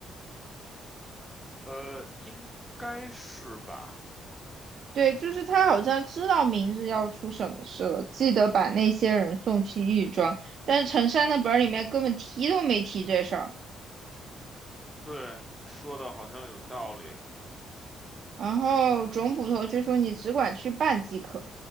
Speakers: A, in the centre; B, on the right.
A: 呃，应该是吧？
B: 对，就是他好像知道明日要出什么事了，记得把那些人送去狱庄。但是陈山的本儿里面根本提都没提这事儿。
A: 对，你说的好像有道理。
B: 然后总捕头却说：“你只管去办即可。”